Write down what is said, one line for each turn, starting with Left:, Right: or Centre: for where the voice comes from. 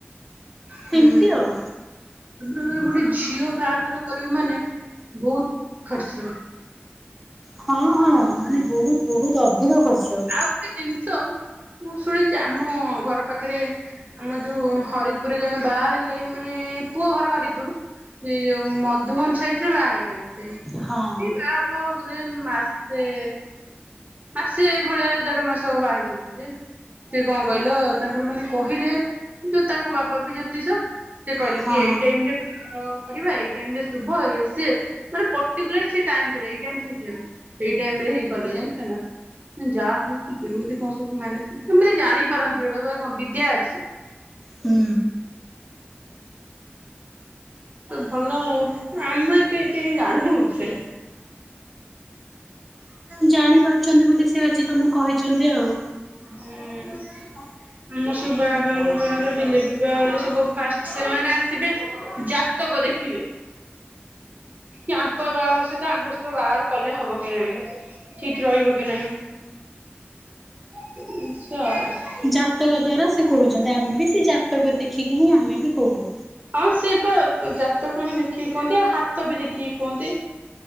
Right: ହୁଁ।
Centre: ଏମିତି ଆଉ।
Right: <unintelligible> ଗୋଟେ ଝିଅ ବାହାଘର କରିବୁ ମାନେ ବହୁତ ଖର୍ଚ୍ଚ।
Centre: ହଁ ହଁ ମାନେ ବହୁତ୍ ବହୁତ୍ ଅଧିକ ଖର୍ଚ୍ଚ।
Right: ଆଉ ଗୋଟେ ଜିନିଷ ମୁଁ ଶୁଣିଛି ଆମ ଘର ପାଖରେ ଆମ ଯୋଉ ହରିପୁରେ ଜଣେ ବାହା ହେଲେ ମାନେ ପୁଅ ଘର ହରିପୁର। ସେଇ ଯୋଉ ମଧୁବନ ସାଇଡ୍ ରେ ବାହା ହେଇଛନ୍ତି। ସେ
Centre: ହଁ
Right: ବାହା ହବ ବୋଧେ ମାସେ ସେଇଭଳିଆ ଦେଢମାସ ହବ ହେଇଛନ୍ତି ସିଏ। ସେ କଣ କହିଲ ତାଙ୍କର ମାନେ କହିଲେ ଯେ ତାଙ୍କ ବାବା ବି ଜ୍ୟୋତିଷ। ସେ କହିଲେ
Centre: ହଁ
Right: କି ଏଇ ଟାଇମ୍ ରେ <unintelligible> କରିବା ଏଇ ଟାଇମ୍ ରେ ଶୁଭ ଇଏ ସିଏ ମାନେ ପଟିକୁଲାର୍ ସିଏ ଟାଇମ୍ କହିଲେ ଏଇ ଟାଇମ୍ ଠିକ୍ ଟାଇମ୍। ସେଇ ଟାଇମ୍ ରେ ହିଁ କଲେ ଜାଣିଛ ନା? ଯାହା ହଉ ସିଏ କେମିତି କଣ ସବୁ ମ୍ୟାନେଜ୍ କେମିତି ଜାଣିପାରନ୍ତି ଏଗୁଡ଼ା <unintelligible> ବିଦ୍ୟା ଅଛି।
Centre: ହୁଁ।
Right: ଆମ ଏଠି ଏତେ କିଏ ଜାଣିନୁ ଏ ବିଷୟରେ। <inaudible>
Centre: ଜାଣି ପାରୁଛନ୍ତି ବୋଲି ସେ ଆଜି ତମକୁ କହିଛନ୍ତି ଆଉ।
Right: ହୁଁ। ଆମର ସବୁ <unintelligible> ହେଲେ ବି ବାହା ହେଲେ ସବୁ ଫାଷ୍ଟ ସେମାନେ ଆସିବେ ଜା ଟକ ଦେଖିବେ। ୟାଙ୍କ ବାହାଘର ସହିତ ଆଙ୍କ ସହିତ ବାହାର କଲେ ହବ କି ନାହିଁ ଠିକ୍ ରହିବ କି ନାହିଁ। <unintelligible>
Centre: ଜାତକ ଦ୍ଵାରା ସେ କହୁଛନ୍ତି ଆମେ ବି ସେଇ ଜାତକରେ ଦେଖିକି ହିଁ ଆମେ ବି କହୁ।
Right: ହଁ ସେ ବା ଜାତକ ହିଁ ଦେଖିକି କହନ୍ତି ଆଉ ହାତ ବି ଦେଖିକି କୁହନ୍ତି।